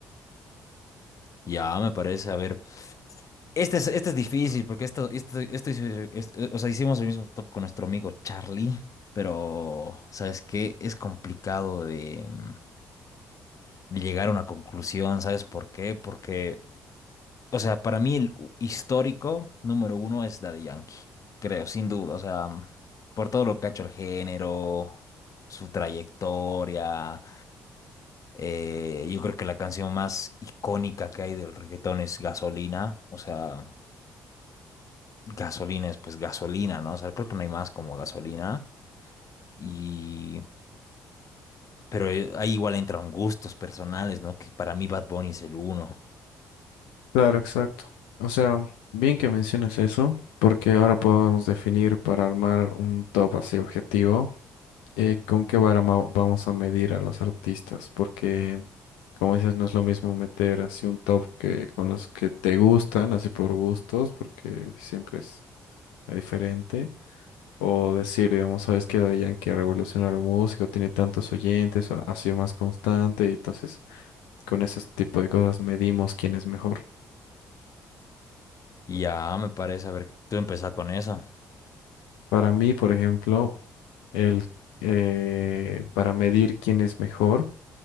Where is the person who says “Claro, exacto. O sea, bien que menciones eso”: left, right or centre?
Left